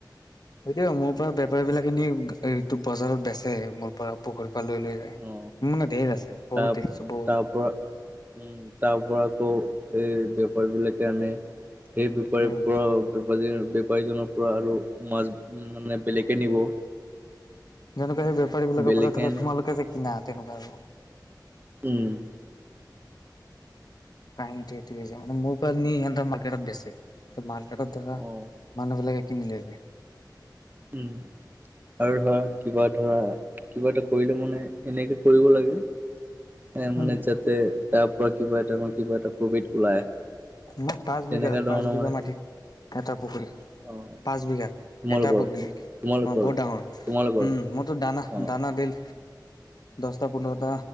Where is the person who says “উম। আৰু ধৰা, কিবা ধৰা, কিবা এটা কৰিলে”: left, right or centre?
Right